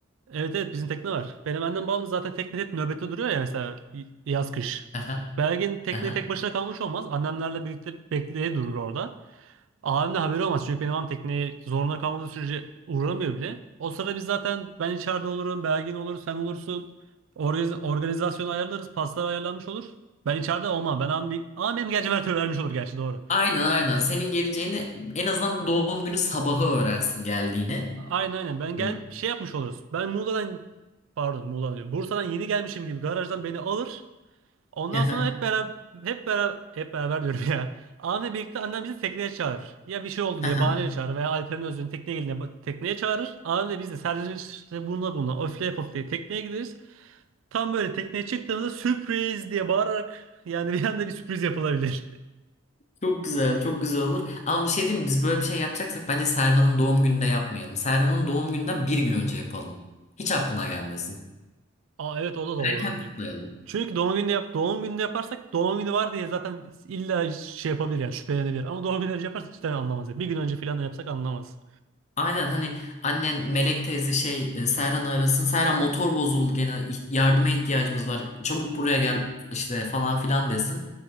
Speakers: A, on the right; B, on the left.
A: Evet evet bizim tekne var. Benim annem babam da zaten tekne hep nöbette duruyor ya mesela y- yaz kış.
B: Aha,
A: Belgin tekneye
B: aha.
A: tek başına kalmış olmaz. Annemlerle birlikte bekleye durur orada. Abim de haberi olmaz. Çünkü benim abim tekneye zorunda kalmadığı sürece uğramıyor bile. O sırada biz zaten ben içeride olurum, Belgin olur, sen olursun. Organiz organizasyonu ayarlarız, paslar ayarlanmış olur. Ben içeride olmam. Ben abim bir... Ama benim gerçi vermiş olur gerçi doğru.
B: Aynen aynen. Senin geleceğini en azından doğum günü sabahı öğrensin geldiğini.
A: Aynen aynen. Ben gel
B: Evet.
A: şey yapmış oluruz. Ben Muğla'dan pardon Muğla diyorum. Bursa'dan yeni gelmişim gibi garajdan beni alır. Ondan
B: Aha,
A: sonra hep beraber hep beraber hep beraber diyorum ya. Anne birlikte annem bizi tekneye çağırır. Ya bir şey oldu
B: aha.
A: diye bahaneyle çağırır veya Alper'in özünün tekneye geline tekneye çağırır. Annem de biz de serzenişte bununla bununla öfle yapıp diye tekneye gideriz. Tam böyle tekneye çıktığımızda sürpriz diye bağırarak yani bir anda bir sürpriz yapılabilir. <laughs>
B: Çok güzel, çok güzel olur. Ama bir şey diyeyim mi? Biz böyle bir şey yapacaksak bence Serhan'ın doğum gününde yapmayalım. Serhan'ın doğum gününden bir gün önce yapalım. Hiç aklına gelmesin.
A: Aa evet o da da
B: Erken
A: olabilir.
B: kutlayalım.
A: Çünkü doğum gününde yap doğum gününde yaparsak doğum günü var diye zaten illa şey yapabilir yani şüphelenebilir. Ama doğum günü önce yaparsak hiç de anlamaz. ya. Bir gün önce falan da yapsak anlamaz.
B: Aynen hani annen Melek teyze şey e, Serhan'ı arasın. Serhan motor bozuldu gene iht- yardıma ihtiyacımız var. Çabuk buraya gel işte falan filan desin.